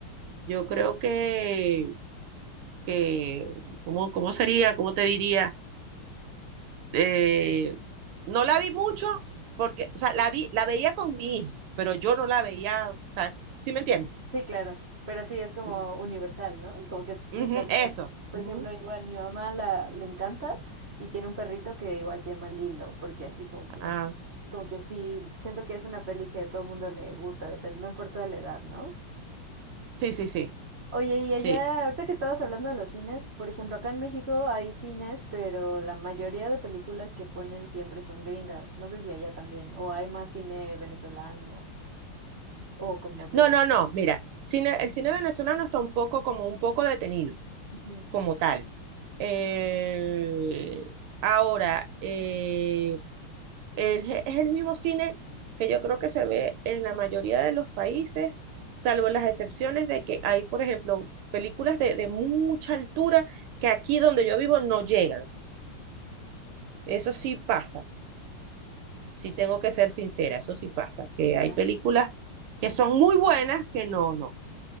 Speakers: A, on the right; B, on the right.
A: Yo creo que, que, ¿cómo, cómo sería? ¿Cómo te diría? Eh, no la vi mucho porque, o sea, la vi, la veía con mi hijo, pero yo no la veía, o sea, ¿sí me entiendes?
B: Sí, claro, pero sí es como
A: Mm,
B: universal, ¿no? Como que sí
A: ujú,
B: también,
A: eso.
B: por
A: ujú.
B: ejemplo, igual mi mamá la le encanta y tiene un perrito que igual se llama Lilo, porque así como que
A: Ah,
B: como que sí siento que es una peli que a todo el mundo le gusta, depende, no importa la edad, ¿no?
A: sí, sí, sí,
B: Oye, y allá,
A: sí.
B: ahorita que estabas hablando de los cines, por ejemplo, acá en México hay cines, pero la mayoría de películas que ponen siempre son gringas. No sé si allá también, o hay más cine venezolano o como
A: No,
B: de
A: no, no. Mira, cine, el cine venezolano está un poco como un poco detenido.
B: Ujú.
A: como tal. Eh, ahora, eh, el- es el mismo cine que yo creo que se ve en la mayoría de los países, salvo las excepciones de que hay, por ejemplo, películas de, de mucha altura que aquí donde yo vivo no llegan. Eso sí pasa, sí tengo que ser sincera, eso sí pasa, que
B: Ya.
A: hay películas que son muy buenas que no, no,